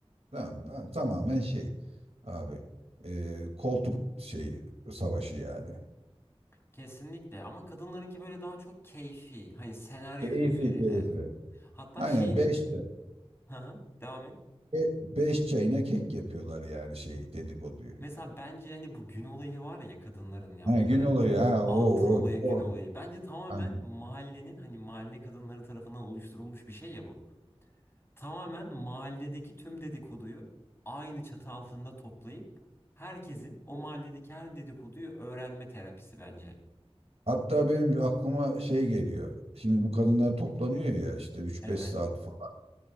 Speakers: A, on the right; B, on the left.
A: tamam mı? Ha, tamamen şey abi e, koltuk şeyi savaşı yani
B: Kesinlikle. Ama kadınlarınki böyle daha çok keyfi. Hani senaryo
A: keyfi
B: üzerine.
A: keyfi
B: Hatta
A: aynen
B: şeyin...
A: beş.
B: <laughs> Hı hı. Devam et.
A: Be- beş çayına kek yapıyorlar yani şey dedikoduyu.
B: Mesela bence hani bu gün olayı var ya kadınların yaptığı.
A: Ha, gün oluyor ha
B: Altın
A: o
B: olayı,
A: o. o.
B: gün olayı. Bence tamamen
A: Ha.
B: mahallenin hani mahalle kadınları tarafından oluşturulmuş bir şey ya bu. Tamamen mahalledeki tüm dedikoduyu aynı çatı altında toplayıp herkesin o mahalledeki her dedikoduyu öğrenme terapisi bence.
A: Hatta benim aklıma şey geliyor. Şimdi bu kadınlar toplanıyor ya işte üç
B: Evet.
A: beş saat falan.